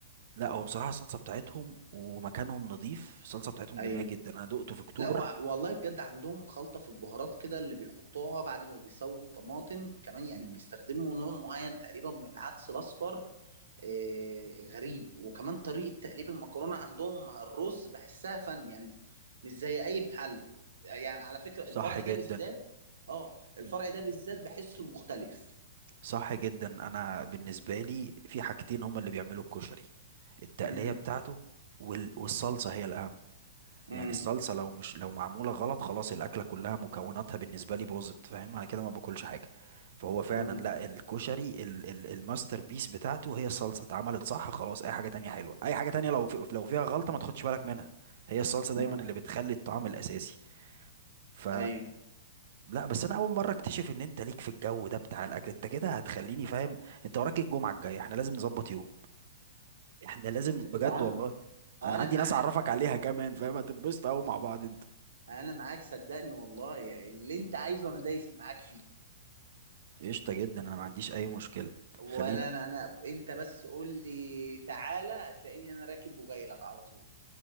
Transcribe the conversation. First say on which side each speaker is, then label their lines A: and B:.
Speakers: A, on the right; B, on the right.
A: لا هو بصراحة الصلصة بتاعتهم ومكانهم نظيف الصلصة بتاعتهم
B: ايوه
A: جميلة جدا انا دقته في اكتوبر
B: لا وع- والله بجد عندهم خلطة في البهارات كده اللي بيحطوها بعد ما بيسووا الطماطم كمان يعني
A: مم.
B: بيستخدموا نوع معين تقريبا من العدس الاصفر آه، غريب وكمان طريقة تقليب المكرونة عندهم مع الرز بحسها فن يعني مش زي أي محل يعني على فكرة
A: صح
B: الفرع
A: جدا
B: ده بالذات اه الفرع
A: مم.
B: ده بالذات بحسه مختلف
A: صح جدا انا بالنسبة لي في حاجتين هما اللي بيعملوا الكشري التقلية
B: امم
A: بتاعته وال... والصلصة هي الاهم يعني
B: امم
A: الصلصة لو مش لو معمولة غلط خلاص الأكلة كلها مكوناتها بالنسبة لي باظت فاهم أنا كده ما باكلش حاجة فهو فعلا
B: امم
A: لا الكشري ال ال الماستر بيس بتاعته هي الصلصة اتعملت صح خلاص أي حاجة تانية حلوة أي حاجة تانية لو في لو فيها غلطة ما تاخدش بالك منها هي الصلصة
B: امم
A: دايما اللي بتخلي الطعم الأساسي ف
B: ايوه
A: لا بس انا اول مره اكتشف ان انت ليك في الجو ده بتاع الاكل انت كده هتخليني فاهم انت وراك الجمعه الجايه احنا لازم نظبط يوم احنا لازم بجد
B: يا عم
A: والله
B: انا
A: انا عندي
B: معاك
A: ناس اعرفك
B: في اي
A: عليها كمان فاهم هتتبسط قوي مع بعض
B: انا معاك صدقني والله يا اللي انت عايزه انا دايس معاك فيه
A: قشطة جدا انا ما عنديش اي مشكلة
B: ولا
A: خلينا
B: انا انا انت بس قول لي تعالى هتلاقيني انا راكب وجاي لك على طول